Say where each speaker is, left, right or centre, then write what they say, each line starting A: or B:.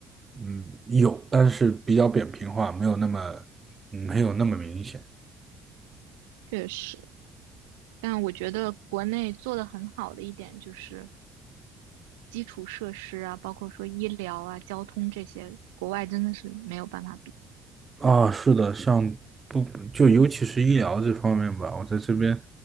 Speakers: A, on the right (about 30°); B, on the right (about 85°).
A: 嗯，有，但是比较扁平化，没有那么没有那么明显。
B: 确实。但我觉得国内做得很好的一点就是基础设施啊，包括说医疗啊、交通这些，国外真的是没有办法比。
A: 啊，是的，像不就尤其是医疗这方面吧，我在这边，